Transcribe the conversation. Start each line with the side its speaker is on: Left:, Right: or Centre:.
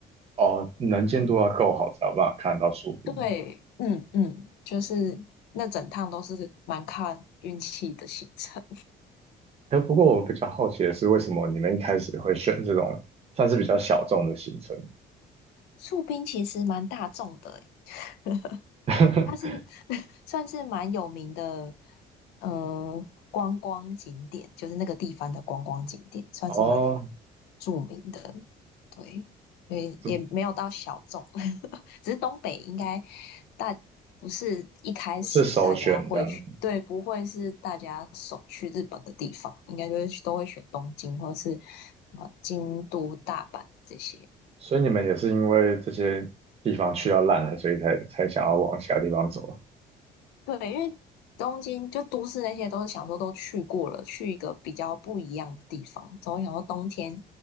Right: 哦，能见度要够好才有办法看得到树顶。
Left: 嗯，对，嗯嗯，就是那整趟都是蛮看运气的行程。
Right: 哎，不过我比较好奇的是，为什么你们一开始会选这种算是比较小众的行程？
Left: 树冰其实蛮大众的诶，<laughs>
Right: <laughs>
Left: 它是 <laughs> 算是蛮有名的，嗯、观光景点，就是那个地方的观光景点，算是蛮
Right: 哦，
Left: 著名的。对，所以也没有到小众，
Right: 不
Left: <laughs> 只是东北应该大不是一开始大家会去，
Right: 不是首选这样子，
Left: 对，不会是大家首去日本的地方，应该就是都会选东京或是什么京都、大阪这些。
Right: 所以你们也是因为这些地方去到烂了，所以才才想要往其他地方走啊。
Left: 对，因为东京就都市那些都是想说都去过了，去一个比较不一样的地方。总想说冬天